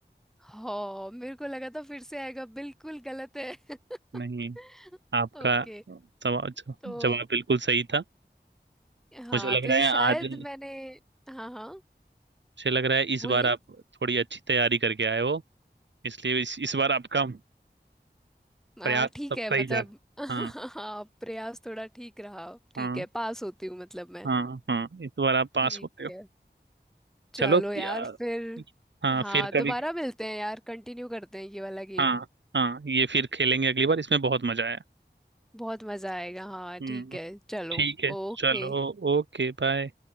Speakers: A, in the centre; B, on the right.
A: हाँ मेरे को लगा था फिर से आएगा बिल्कुल गलत है <laughs>
B: नहीं आपका
A: ओके
B: सवाल
A: तो
B: जवाब बिल्कुल सही था
A: हाँ
B: मुझे लग
A: तो ये
B: रहा है
A: शायद
B: आज
A: मैंने हाँ हाँ
B: मुझे लग रहा है इस
A: बोलिए
B: बार आप थोड़ी अच्छी तैयारी करके आए हो इसलिए इस, इस बार आपका प्रयास
A: आ, ठीक
B: सब
A: है
B: सही
A: मतलब
B: जा
A: <laughs>
B: हाँ
A: हाँ प्रयास थोड़ा ठीक रहा
B: हाँ
A: ठीक है पास होती हूँ मतलब मैं
B: हाँ हाँ इस बार आप पास
A: ठीक
B: होते हो
A: है चलो
B: चलो
A: यार
B: यार
A: फिर
B: हाँ
A: हाँ
B: फिर कभी
A: दोबारा मिलते हैं यार कंटिन्यू करते हैं ये वाला गेम
B: हाँ हाँ ये फिर खेलेंगे अगली बार इसमें बहुत मजा आया
A: बहुत मजा आएगा हाँ
B: हम्म
A: ठीक है चलो
B: ठीक है
A: ओके
B: चलो Okay bye